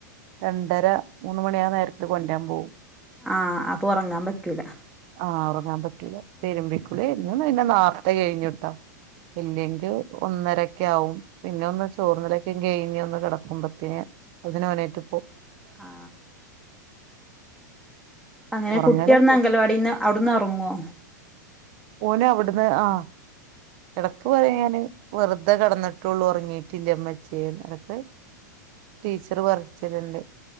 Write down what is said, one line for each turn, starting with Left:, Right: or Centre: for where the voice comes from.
Right: രണ്ടര മൂന്ന മണിയ നേരത്ത് കൊണ്ടുവരാൻ പോകും
Centre: ആഹ് അപ്പൊ ഒറങ്ങാൻ പറ്റൂല
Right: ആഇറങ്ങാൻ പറ്റില്ലതിരുമ്പികുളി ആയിരിക്കും പിന്നെ നാർത്ത കഴിഞ്ഞുട്ടോ ഇല്ലെങ്കിൽ ഒന്നര ഒക്കെവും പിന്നെ ഒന്ന് ചോറുണലൊക്കെ കയിഞ്ഞ് കിടക്കുമ്പഴത്തേ അതിനേട്ട്
Centre: ആ അങ്ങനെ
Right: ഉറങ്ങലൊക്കെ
Centre: കുട്ടിയടുന്ന് അംഗൽവാടിന്ന് അവിടുന്ന് ഉറങ്ങുവോ
Right: ഓനെ അവിടുന്ന് ആ ഇടക്ക് പറ ഞാന് വെറുതെ കിടന്നിട്ടുള്ളു ഉറങ്ങിയിട്ടില്ലമ്മ അമ്മ <unintelligible> ഇത് വർക്ക്‌ ചെയ്തിട്ടുണ്ട്